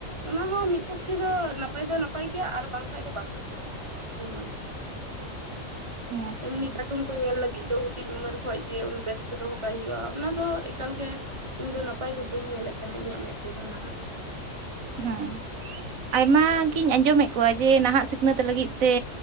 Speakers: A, on the right (about 25°); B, on the right (about 80°).
A: ᱚᱱᱟ ᱦᱚᱸ ᱢᱤᱫ ᱯᱚᱠᱠᱷᱮ ᱫᱚ ᱱᱟᱯᱟᱭ ᱫᱚ ᱱᱟᱯᱟᱭ ᱜᱮᱭᱟ ᱟᱨ ᱵᱟᱝᱠᱷᱟᱡ ᱫᱚ ᱵᱟᱝ ᱱᱟᱯᱟᱭᱟ ᱾ <unintelligible> <inaudible>
B: ᱟᱪᱪᱷᱟ
A: ᱮᱢᱱᱤ ᱠᱟᱴᱩᱱ, <unintelligible> ᱧᱮᱞ ᱞᱟᱹᱜᱤᱫ ᱫᱚ ᱦᱩᱰᱤᱧ ᱩᱢᱮᱨ ᱠᱷᱚᱡ ᱜᱮ ᱩᱱᱤ ᱵᱮᱥᱛᱚ ᱫᱚᱦᱚ ᱠᱟᱭ ᱦᱩᱭᱩᱜᱼᱟ ᱚᱱᱟ ᱫᱚ ᱮᱠᱟᱞ ᱜᱮ, ᱤᱧ ᱫᱚ ᱱᱟᱯᱟᱭ ᱫᱚ ᱵᱟᱹᱧ ᱧᱮᱞᱮᱜ ᱠᱟᱱᱟ, ᱤᱧᱟᱹᱜ ᱢᱮᱫ ᱛᱮᱫᱚ ᱱᱷᱟᱜ ᱾
B: ᱦᱩᱸ ᱟᱭᱢᱟ ᱜᱤᱧ ᱟᱸᱡᱚᱢᱮᱜ ᱠᱚᱣᱟ ᱡᱮ ᱱᱟᱦᱟᱜ ᱥᱤᱠᱷᱱᱟᱹᱛ ᱞᱟᱹᱜᱤᱫ ᱛᱮ?